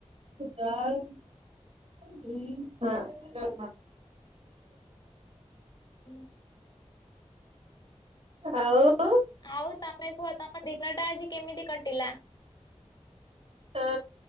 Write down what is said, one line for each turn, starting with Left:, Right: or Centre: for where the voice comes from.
Right: ଯାଏ। ଜି ହଁ
Left: ଚଳେ।
Right: <inaudible> ଆଉ
Left: ଆଉ ତମେ କୁହ ତମ ଦିନ ଟା ଆଜି କେମିତି କଟିଲା?
Right: ଆ